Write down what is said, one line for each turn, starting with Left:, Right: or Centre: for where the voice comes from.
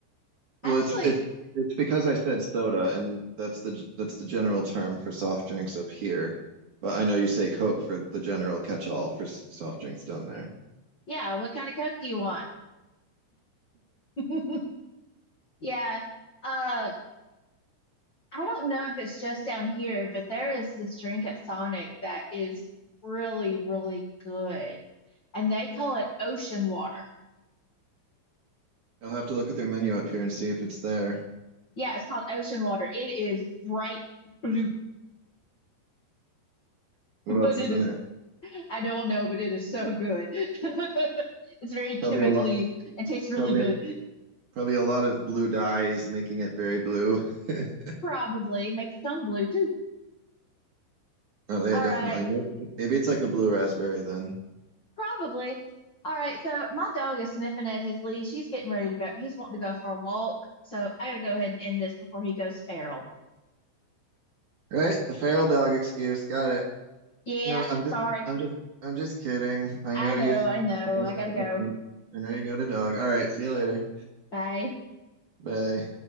Right: Well,
Left: Actually,
Right: it's it's it's because I said soda, and that's the that's the general term for soft drinks up here. But I know you say Coke for the general catch-all for s- soft drinks down there.
Left: yeah, what kind of Coke do you want? <laughs> Yeah. Uh, I don't know if it's just down here, but there is this drink at Sonic that is really, really good. And they call it ocean water.
Right: I'll have to look at their menu up here and see if it's there.
Left: Yeah, it's called ocean water. It is bright blue. <laughs>
Right: What
Left: but
Right: else
Left: it
Right: is in
Left: is
Right: it?
Left: I don't know, but it is so good. <laughs> it's very chemically
Right: Probably a lot,
Left: and tastes really
Right: probably
Left: good.
Right: probably a lot of blue dyes, making it very blue. <laughs>
Left: Probably makes your tongue blue too.
Right: Oh yeah,
Left: All
Right: definitely.
Left: right,
Right: Maybe, maybe it's like a blue raspberry then.
Left: probably. All right, so my dog is sniffing at his leash. He's getting ready to go. He's wanting to go for a walk. So I gotta go ahead and end this before he goes feral.
Right: Right, the feral dog excuse. Got it.
Left: Yeah,
Right: No, I'm
Left: sorry.
Right: just, I'm just, I'm just kidding. I
Left: I
Right: know you.
Left: know, I know.
Right: I,
Left: I gotta
Right: I,
Left: go.
Right: I know you got a dog. All right, see you later.
Left: Bye.
Right: Bye.